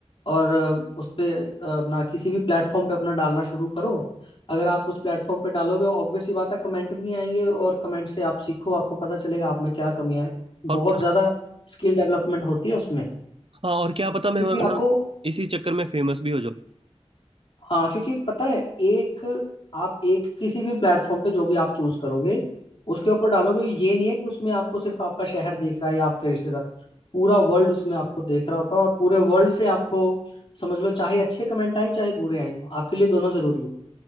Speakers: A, on the left; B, on the right.
A: और अ, उस पे अ, अपना किसी भी प्लेटफॉर्म पे अपना डालना शुरू करो अगर आप उस प्लेटफॉर्म पे डालोगे ऑब्वियस सी बात है कमेंट भी आएंगे और कमेंट से आप सीखो आपको पता चलेगा आप में क्या कमियां हैं
B: और
A: बहुत ज्यादा स्किल डेवलपमेंट होती है उसमें
B: हाँ और क्या पता मैं
A: क्योंकि
B: मतलब
A: आपको
B: इसी चक्कर में फेमस भी हो जाऊँ
A: हाँ क्योंकि पता है एक आप एक किसी भी प्लेटफॉर्म पे जो भी आप चूज करोगे उसके ऊपर डालोगे ये नहीं है कि उसमें आपको सिर्फ आपका शहर दिख रहा है या आपके रिश्तेदार पूरा वर्ल्ड उसमें आपको देख रहा होता है और पूरे वर्ल्ड से आपको समझ लो चाहे अच्छे कमेंट आए चाहे बुरे आए आपके लिए दोनों जरूरी है